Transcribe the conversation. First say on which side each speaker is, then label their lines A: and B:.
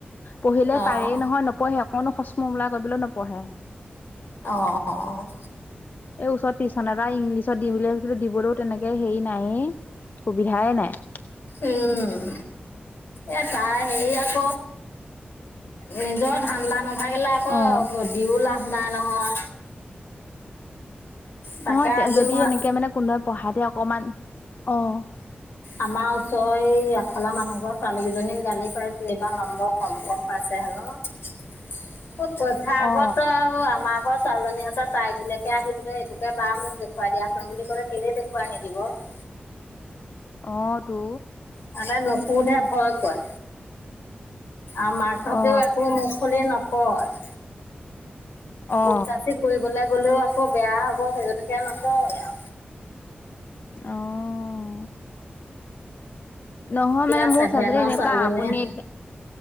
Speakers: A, on the left; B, on the left.
A: পঢ়িলে
B: অ',
A: পাৰেই নহয়, নপঢ়ে অকনো সস্ম মোলা কৰিবলৈ নপঢ়ে।
B: অ'। অহ'।
A: এই ওচৰত টিউচন এটা ইংলিছৰ দিম বুলি ভাবিছিলো, দিবলৈও তেনেকে হেৰি নায়েই, সুবিধাই নাই।
B: উম, এ তাই হেৰি আক, নিজৰ ধান্দা নাথাকিলে, আক অ'
A: অঁ
B: দিও লাভ নাই নহয়। তাকে
A: নহয়, তে
B: আজি
A: যদি
B: মই
A: এনেকে মানে কোনোবাই পঢ়া দিয়ে অকমান। অ',
B: আমাৰ ওচৰ এ আগফালৰ মানুহঘৰ ছোৱালী দুইজনীক গালি পাইচিল, এইবাৰ নম্বৰ, কম, কম পাইছে হেনো, ক'ত পৰীক্ষা আগত
A: অ
B: ত আৰু এমাহ, ঘৰৰ ছোৱালীজনী হাতত, তাই গুৰিলৈকে আহিবলৈ এইটোকে বা মোক দেখুৱাই দিয়াচোন বুলি ক'লে, কেলৈ দেখুৱাই নিদিব। <unintelligible>
A: অহ' তো।
B: মানে নুশুধে ভয় কয়। আমাৰ মাক হতেউ
A: অ
B: একো মুখ খুলি নকয়।
A: অ
B: উব যাচি কৰিবলে গ'লেও আকৌ বেয়া হব সেই গতিকে নকওঁ,
A: অহ নহয়
B: এতিয়া
A: মানে
B: ছেভেনৰ
A: মোৰ ছোৱালী জনী এনেকুৱা
B: ছোৱালীজনীয়ে
A: আপুনিত,